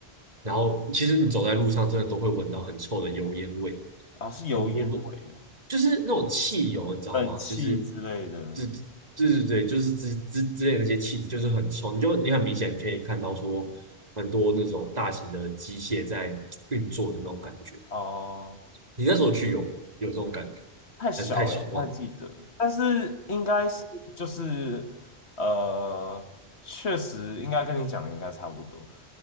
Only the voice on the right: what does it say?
然后其实你走在路上，真的都会闻到很臭的油烟味。
我我不就是那种汽油，你知道吗？
就是这对对对，就是之之之类的那些气体，就是很臭。你就你很明显可以看到说，很多那种大型的机械在运作的那种感觉。
你那时候去有有这种感觉，
还是太小忘了？